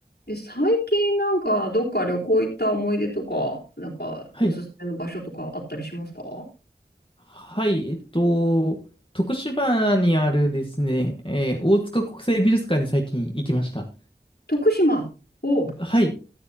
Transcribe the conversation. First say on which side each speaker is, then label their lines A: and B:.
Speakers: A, on the left; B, on the left.
A: え、最近なんかどっか旅行行った思い出とか、なんかおすすめの場所とかあったりしますか
B: はい。はい。えっと、徳島にあるですね、えー大塚国際美術館に最近行きました。
A: 徳島。お、
B: はい。